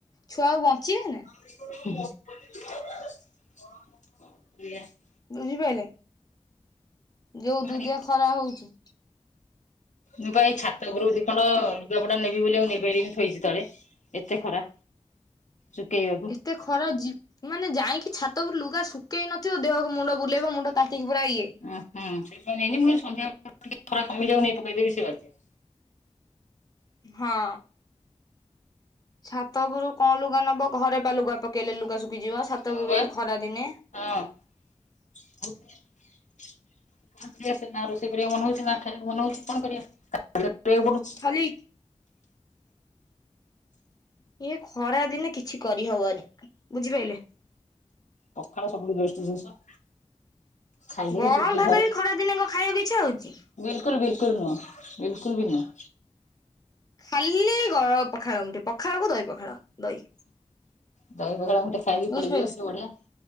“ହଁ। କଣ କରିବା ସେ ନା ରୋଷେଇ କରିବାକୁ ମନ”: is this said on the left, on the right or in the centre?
Left